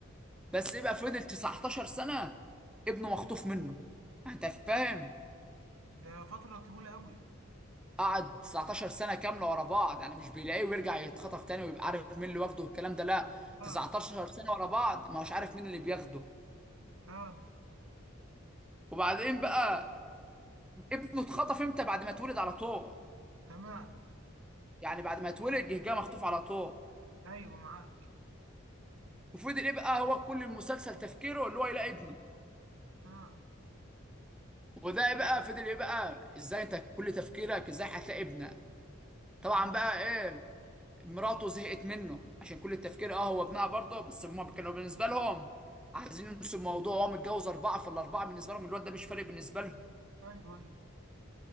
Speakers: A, in the centre; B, on the right (about 80°).
A: بس ايه بقى فضل 19 سنه ابنه مخطوف منه انت فاهم
B: ده فترة طويلة أوي
A: قعد 19 سنه كامله ورا بعض يعني مش بيلاقيه ويرجع يتخطف تاني ويبقى عارف مين اللي واخده والكلام ده لا
B: اه
A: 19 سنه ورا بعض ما هوش عارف مين اللي بياخده
B: اه
A: وبعدين بقى ابنه اتخطف امتى بعد ما اتولد على طول
B: تمام
A: يعني بعد ما اتولد جه جه مخطوف على طول
B: أيوه معاك
A: وفضل ايه بقى هو كل المسلسل تفكيره اللي هو يلاقي ابنه
B: اه
A: وده بقى فضل ايه بقى ازاي انت كل تفكيرك ازاي هتلاقي ابنها طبعا
B: أم،
A: بقى ايه مراته زهقت منه عشان كل التفكير اه هو ابنها برضه بس هما كانوا بالنسبه لهم عايزين ينسوا الموضوع هو متجوز اربعه فالاربعه بالنسبه لهم الواد ده مش فارق بالنسبه لهم
B: أيوه أيوه